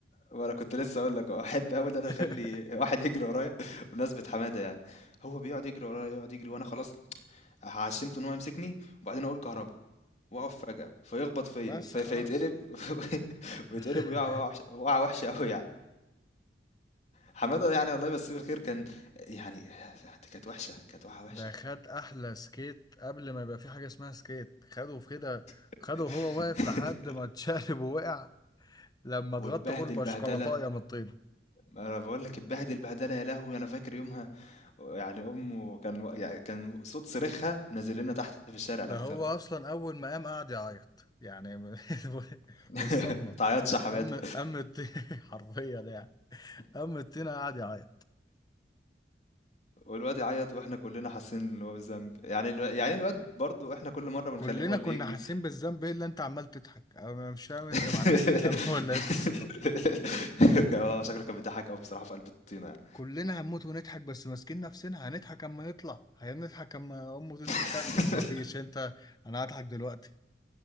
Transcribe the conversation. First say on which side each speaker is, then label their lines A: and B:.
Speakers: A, on the left; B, on the left.
A: وأنا كنت لسه أقول لك أحب أوي إن أنا أخلي
B: <laughs>
A: واحد يجري ورايا <laughs> بمناسبة حمادة يعني هو بيقعد يجري ورايا يقعد يجري وأنا خلاص عشمته ان هو يمسكني وبعدين اقول كهربا واقف فجأة فيخبط فيا
B: بس
A: في-
B: خلاص
A: فيتقلب <laughs> ويتقلب
B: <laughs>
A: ويقع وحش- وقعة وحشة أوي يعني حمادة يعني الله يمسيه بالخير كان يعني <laughs> دي كانت وحشة كانت وقعة وحشة
B: ده خد احلى سكيت قبل ما يبقى في حاجه اسمها سكيت خده في كده
A: <laughs>
B: خده وهو واقف لحد ما اتشقلب ووقع لما اتغطى
A: واتبهدل
B: كله بقى
A: بهدلة
B: شوكولاتايه من الطين
A: أنا بقول لك اتبهدل بهدلة يا لهوي أنا فاكر يومها يعني أمه كان يعني كان صوت صريخها نازل لنا تحت في الشارع لما
B: ده هو
A: طلع
B: اصلا اول ما قام قعد يعيط يعني <laughs> من
A: <laughs>
B: من الصدمه
A: متعيطش يا حمادة
B: قام قام الطين <laughs> حرفيا يعني قام الطين قعد يعيط
A: والواد يعيط واحنا كلنا حاسين ان هو بالذنب يعني الو... يعني الواد برضه احنا كل مره بنخليه
B: كلنا
A: هو اللي
B: كنا
A: يجري
B: حاسين بالذنب ايه اللي انت عمال تضحك انا مش فاهم انت
A: <laughs>
B: ما عندكش دم <laughs> ولا ايه قصتك
A: كان- آه، شكله كان بيضحك قوي بصراحه في قلب الطينه يعني
B: كلنا هنموت ونضحك بس ماسكين نفسنا هنضحك اما يطلع هنضحك اما امه تنزل
A: <laughs>
B: تاخده مفيش انت انا هضحك دلوقتي